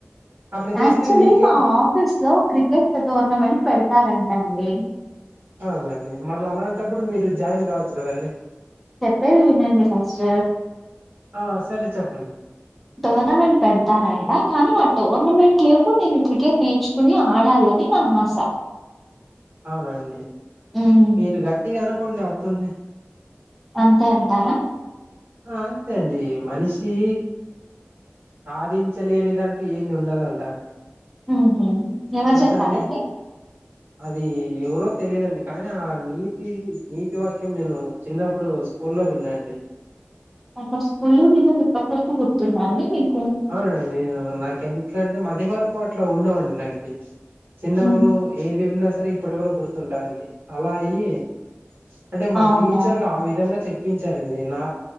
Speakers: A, on the right; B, in the centre.
A: అట్లా
B: యాక్చువల్లీ
A: చేస్తే మీక్
B: మా ఆఫీస్ లో క్రికెట్ టోర్నమెంట్ పెడతారుంటండి
A: అవునండి మళ్ళీ అలాంటప్పుడు మీరు జాయిన్ కావచ్చు కదండి
B: చెప్పేది వినండి ఫస్ట్
A: ఆ సరే చెప్పండి చెప్
B: టోర్నమెంట్ పెడతరు అంటా కానీ ఆ టో టూర్నమెంట్ లేపు నేను క్రికెట్ నేర్చుకుని ఆడాలని నా ఆశ
A: అవునండి
B: హ్మ్.
A: మీరు గట్టిగా అను కోండి అవుతుంది
B: అంతే అంటారా
A: ఆ అంతే అండి మనిషి సాధించలేనిదంటూ ఏది ఉండదంట
B: మ్మ్ హ్మ్ ఎవరు
A: తెలుసా
B: చెప్పారండి
A: అండి అది ఎవరో తెలిదండి కానీ ఆ నీతి నీతి వాక్యం నేను చిన్నప్పుడు స్కూ లో విన్నానండి
B: అ స్కూల్న్న దీప్పక్క వరకు గుర్తున్నాండి మిక్
A: అవును అండి నేను నాకి ఎంతంటే మదిమరపు అట్ల ఉండవండి నాకి చిన్నప్పుడు
B: హ్మ్.
A: ఏది విన్న సరే ఇప్పటి వరకు గుర్తుంటాదండి అలా అయ్యి అంటే మా
B: అవునా!
A: టీచర్లు ఆ విధంగా చెప్ ప్పించారండి నా